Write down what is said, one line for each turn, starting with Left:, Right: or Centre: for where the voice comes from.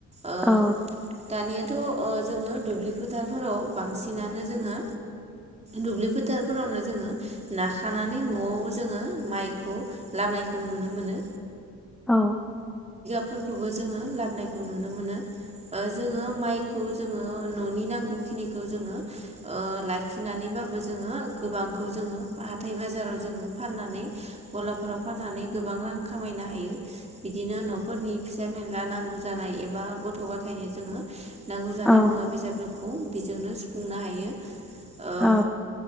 Right: ओ
Centre: औ।
Right: दानियाथ' ओ जोङो दुब्लि फोथारफोराव बांसिनानो जोङो दुब्लि फोथारफोरावनो जोङो नाखानानै न'आव जोङो माइखौ खौ लाबोनाययखौ नुनो मोनो
Centre: औ।
Right: फोरखौबो जोंङो लाबोनायखौ नुनो मोनो जोङो माइखौ जोङो न'नि नांगौखिनिखौ जोंङो ओ लाखिनानैबाबो जों गोबांखौ जों हाथाय बाजाराव जों बा फाननानै गलाफोराव फाननानै गोबां रां खामायनो हायो। बिदिनो न'ख, रनि फिसा फेनला नांगौ जानाय एबा गथ' गथाय जोङो नांगौ जानाय
Centre: औ
Right: मुवा बेसादफोरखौ बेजोंनो सुफुंनो हायो। ओ
Centre: औ।